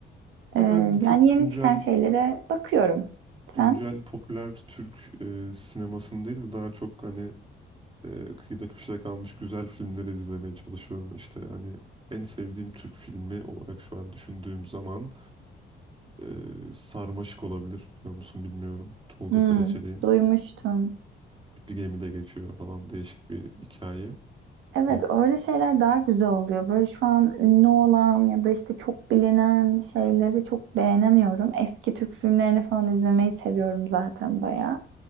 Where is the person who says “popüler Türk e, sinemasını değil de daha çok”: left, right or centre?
Right